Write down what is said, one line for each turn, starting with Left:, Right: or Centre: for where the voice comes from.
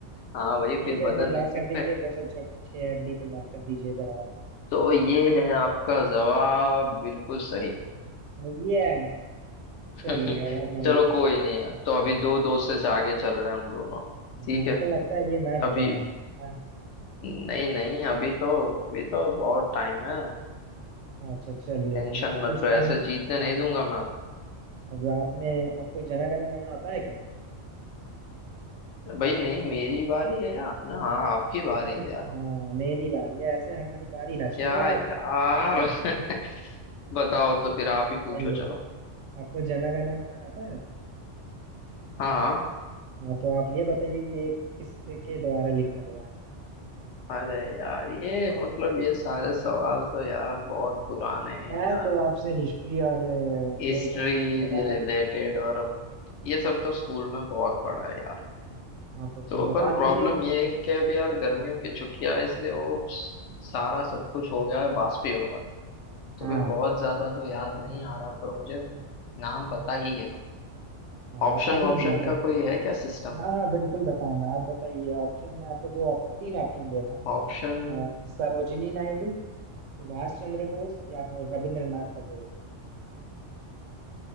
Left: हाँ भाई
Right: ठीक
Left: फिर
Right: है
Left: बदल
Right: फिर लॉक
Left: नहीं सकते
Right: कर दीजिए दो सौ छह हड्डी पे लॉक कर दीजिए जवाब
Left: तो ये है आपका जवाब बिल्कुल सही
Right: ये
Left: <laughs>
Right: चलिए अब हमारी
Left: चलो
Right: बारी
Left: कोई नहीं है तो अभी दो दोस्त से आगे चल रहे हैं हम दोनों
Right: हाँ,
Left: ठीक
Right: हमको
Left: है
Right: लगता है ये मैच
Left: अभी
Right: ड्रॉ होने वाला
Left: नहीं नहीं अभी तो अभी तो बहुत टाइम है
Right: है। अच्छा चलिए
Left: टेंशन
Right: तो मैं
Left: मत
Right: पूछता
Left: लो ऐसे
Right: हूँ
Left: जीतने नहीं दूंगा मैं आपको
Right: जो आपने आपको जना गण मन आता है क्या
Left: भाई नहीं मेरी बारी है यार ना हाँ आपकी बारी
Right: नहीं
Left: है यार
Right: हाँ मेरी बारी है ऐसे हमारी बारी ना
Left: क्या
Right: छीनो
Left: यार
Right: आप <laughs>
Left: <laughs> बताओ तो फिर आप ही
Right: बताइए
Left: पूछो चलो
Right: आपको जना गण मना आता है
Left: हाँ हाँ
Right: हाँ तो आप ये बताइए कि ये किसके द्वारा लिखा गया है
Left: अरे यार ये मतलब ये सारे सवाल तो यार बहुत पुराने हैं
Right: मैं
Left: यार
Right: तो आपसे हिस्ट्री और अ,
Left: हिस्ट्री
Right: यही सबसे पूछूंगा
Left: रिलेटेड
Right: भाई
Left: और ये सब तो स्कूल में बहुत पढ़ा है यार
Right: हाँ तो फिर
Left: तो
Right: बता
Left: पर
Right: दीजिए
Left: प्रॉब्लम ये है कि अब यार गर्मियों की छुट्टियां इसलिए वो स- सारा सब कुछ हो गया है बाष्पीभवन तो
Right: हाँ
Left: भी बहुत ज्यादा तो याद नहीं आ रहा पर मुझे नाम पता ही है
Right: हाँ
Left: ऑप्शन
Right: बता दीजिए
Left: ऑप्शन
Right: ना तो
Left: का
Right: फिर
Left: कोई है क्या सिस्टम
Right: हाँ हाँ बिल्कुल बताऊंगा आप बताइए ऑप्शन में आपको दो ऑप, तीन ऑप्शन देता हूँ
Left: ऑप्शन
Right: अ, सरोजिनी नायडू सुभाष चंद्र बोस या फिर रविंद्रनाथ टैगोर